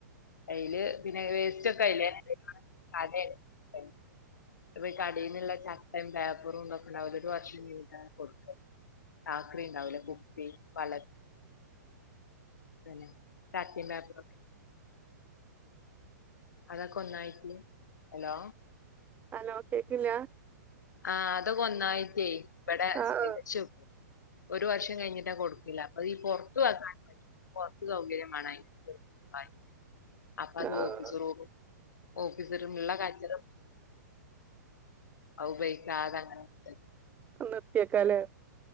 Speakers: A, on the left; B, on the right.
A: അതില് പിന്നെ വേസ്റ്റ് ഒക്കെ അയില്ലേ അതെ ശരി ഇപ്പൊ ഈ കടന്നുള്ള ചട്ടയും പേപ്പറും ഇതൊക്കെ ഉണ്ടാവലൊരു വർഷത്തില കൊടുക്ക ആക്രി ഉണ്ടാവൂലെ കുപ്പി വള പിന്നെ <unintelligible> അതൊക്കെ ഒന്നായിട്ട് ഹലോ
B: ഹലോ കേക്കില്ല
A: ആഹ അതൊക്കെ ഒന്നായിട്ടേ ഇവിടെ
B: ആഹ്
A: വചു ഒരു വർഷം കഴിഞ്ഞിട്ടാ കൊടുക്കില്ല അപ്പൊ ഈ പുറത്തു വക്കാൻ പുറത്ത് സൗകര്യമാണം. അ അപ്പ അത്
B: ആഹ്
A: ഓഫീസ് റൂം ഓഫീസിലുള്ള കാ്ചറ ഔ ഉപയോഗിക്കാതെ അങ്ങനെ ഇട്.
B: നിർത്തിക്ക അല്ലേ